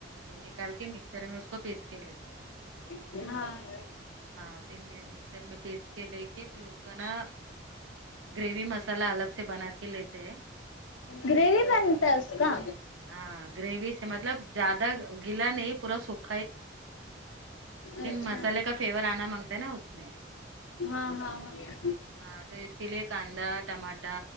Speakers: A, on the right; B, on the left.
A: پھر نکال کے مکسچر میں اس کو پیس کے لیتے ہیں
B: اچھا ہاں
A: ہاں پھر میں مکسر میں پیس کے لے کے پھر اس کا نا گریوی مصا لح الگ سے بنا کے لیتے ہیں
B: گریوی بنتا ہے اس کا
A: ہاں گریوی سے مطلب زیادہ گیلا نہیں پورا سوک
B: اچھا
A: مسالے کا فلیور آنا مانگتا ہے نا اس میں
B: ہاں ہاں ہاں
A: ہاں تو اس کے لیے کاندا ٹماٹہ